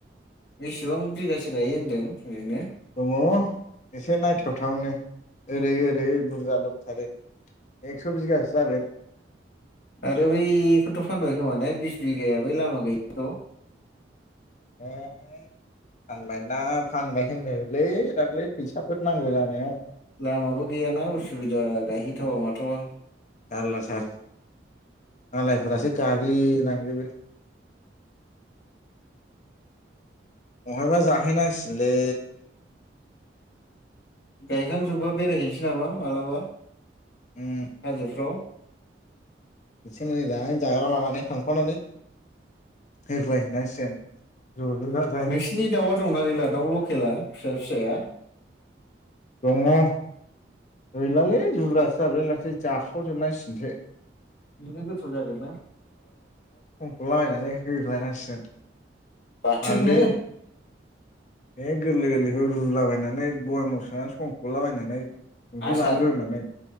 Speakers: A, on the left; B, on the left.
A: बेसेबां बिगासो गायो होनदों ओरैनो?
B: दङ एसे नायथावथावनो ओरै ओरै बुरजा दंथारो। एकस' बिगासो जागोन।
A: आरो बैखौथ' फानबाय खोमा ने बिस बिगाया बै लामा गैयिखौ?
B: <inaudible> फानबाय ना फानबाय होननायलै दाख्लै फैसाफोर नांगौ जानायाव
A: लामाबो गैयाना उसुबिदा गायहैथावा माथावा
B: जारला सार मालायफोरासो गाग्लिलांजोबो? बहायबा जाहैनांसिगोनलै?
A: गायखांजोबबा बेरायहैनोसै नामा? मालाबा
B: उम
A: हाजोफ्राव
B: एसे मोजां जाग्रा लानानै थांफानानै होख्लायहैनांसिगोन ज' ज' जाजाय
A: नोंसिनि दाउआ दंना गैला दाउल' खेला फिसा फिसाया
B: दंङ गैलालै जुब्रासो जाजोबलायलांसै जाखावजोबनांसिनोसै।
A: बेनो गोथाव जागोन ना।
B: थलाबायनानै हो होख्लायनांसिगोन
A: बाथोननो
B: हालदै बे गोरलै गोरलैखौ रुलाबायनानै बयमाव सोानै संख'लाबायनानै संख्रि
A: आसार
B: बानलु होननानै